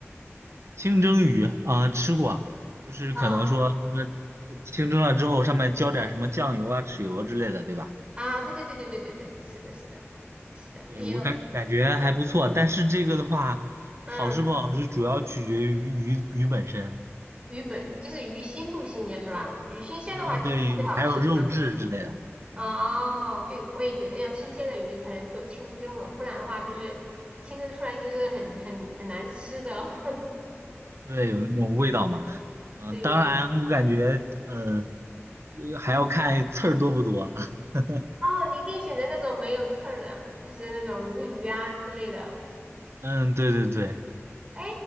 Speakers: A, on the right; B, on the right.
A: <laughs> 清蒸鱼啊、吃过，就是可能说呃清蒸了之后，
B: 啊
A: 上面浇点什么酱油啊、豉油之类的，对吧？
B: 啊，对对对对对对对，是的，是的，是的，
A: 对，
B: 也有，
A: 我感感觉还不错，但是这个的话，好吃不好吃，
B: 嗯，
A: 主要取决于鱼鱼本身。
B: 鱼本就是鱼新不新鲜是吧？鱼新鲜的话就是特别好吃啊。
A: 嗯，对，还有肉质之类的，
B: 哦，
A: 嗯，
B: 对，我也觉得要新鲜的鱼才能做清蒸的，不然的话就是清蒸出来就是很很很难吃的。<laughs>
A: 对，有那种味道嘛。嗯，
B: 对，
A: 当然，我感觉，呃，呃还要看刺儿多不多啊。<laughs>
B: 哦，你可以选择那种没有刺儿的，就是那种鲈鱼啊之类的。
A: 嗯，对对对，
B: 哎，